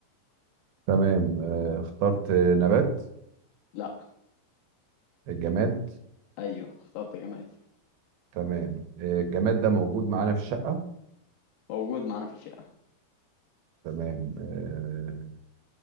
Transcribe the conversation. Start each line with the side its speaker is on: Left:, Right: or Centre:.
Right: تمام آه اخترت نبات
Left: لا
Right: الجماد
Left: ايوه اخترت جماد
Right: تمام آه الجماد ده موجود معانا في الشقه
Left: موجود معانا في الشقة
Right: تمام آه